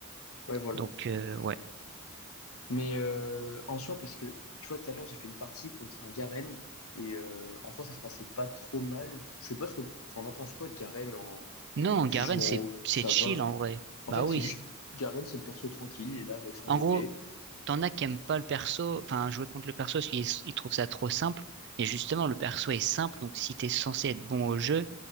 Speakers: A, on the left; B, on the right.
A: Ouais, voilà.
B: Donc euh, ouais.
A: Mais euh, en soi, parce que tu vois, tout à l'heure, j'ai fait une partie contre un Garen et euh, en soi, ça se passait pas trop mal. Je sais pas ce que. Enfin, on en pense quoi de Garen en...
B: Non,
A: quand tu
B: Garen,
A: joues
B: c'est
A: en haut?
B: c'est
A: Ça
B: chill
A: va.
B: en vrai.
A: En
B: Bah
A: fait,
B: oui.
A: c'est juste. Garen, c'est le perso tranquille, il est là avec son
B: En
A: épée.
B: gros, T'en as qui aiment pas le perso, enfin jouer contre le perso parce qu'ils ils trouvent ça trop simple. Mais justement, le perso est simple, donc si t'es censé être bon au jeu,